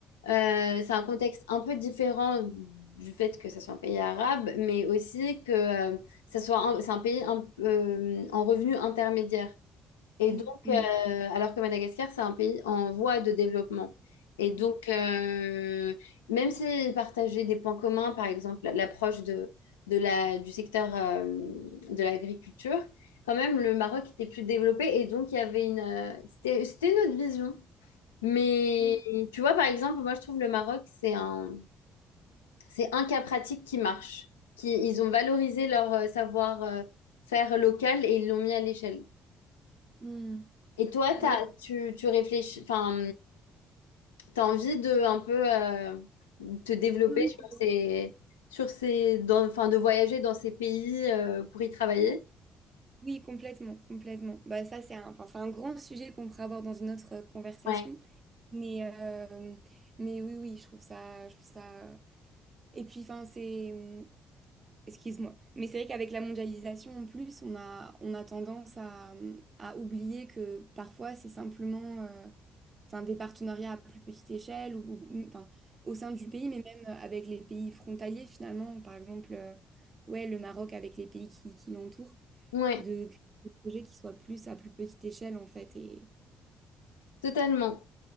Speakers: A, on the left (about 85°); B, on the right (about 40°).
A: euh, c'est un contexte un peu différent du fait que ça soit un pays arabe, mais aussi que euh, ça soit un- c'est un pays un- euh, en revenu intermédiaire. Et
B: Oui.
A: donc,
B: Mm.
A: euh, alors que Madagascar, c'est un pays en voie de développement. Et donc,
B: Oui.
A: euh, même s'ils partageaient des points communs, par exemple l'approche de, de la, du secteur euh, de l'agriculture, quand même, le Maroc était plus développé. Et donc, il y avait une... euh, C'était, c'était notre vision. Mais
B: Mm.
A: tu vois, par exemple, moi, je trouve le Maroc, c'est un, c'est un cas pratique qui marche. Qui, ils ont valorisé leur euh, savoir-faire local et ils l'ont mis à l'échelle.
B: Mm.
A: Et toi, t'as-
B: Ouais.
A: tu, tu réfléchis, enfin, tu as envie de un peu euh, te développer
B: Oui.
A: sur
B: oui.
A: ces, sur ces, dans- enfin, de voyager dans ces pays euh, pour y travailler?
B: Oui, complètement, complètement. Bah, ça, c'est un, enfin, c'est un grand sujet qu'on pourrait avoir dans une autre euh, conversation.
A: Ouais,
B: Mais, euh, mais oui, oui, je trouve ça, je trouve ça. euh, Et puis, enfin, c'est, mmh, Excuse-moi. Mais c'est vrai qu'avec la mondialisation, en plus, on a, on a tendance à, à oublier que parfois, c'est simplement euh, enfin, des partenariats à plus petite échelle ou, ou- enfin, au sein du pays, mais même avec les pays frontaliers, finalement. Par exemple, euh, ouais, le Maroc avec les pays qui, qui l'entourent,
A: ouais,
B: de créer des projets qui soient plus à plus petite échelle, en fait. Et...
A: totalement,